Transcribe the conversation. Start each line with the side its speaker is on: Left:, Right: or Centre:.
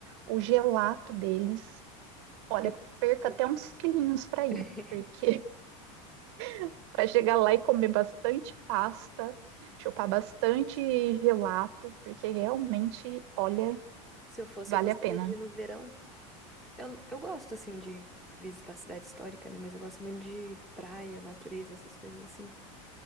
Right: O gelato deles, olha,
Centre: Eu,
Right: perca
Centre: eu-
Right: até uns quilinhos para ir,
Centre: <laughs>
Right: porque <laughs> para chegar lá e comer bastante pasta, chupar bastante gelato, porque realmente, olha,
Centre: se eu fosse,
Right: vale
Centre: eu gostaria
Right: a pena.
Centre: de ir no verão. Eu, eu gosto, assim, de visitar a cidade histórica, né? Mas eu gosto muito de praia, natureza, essas coisas assim.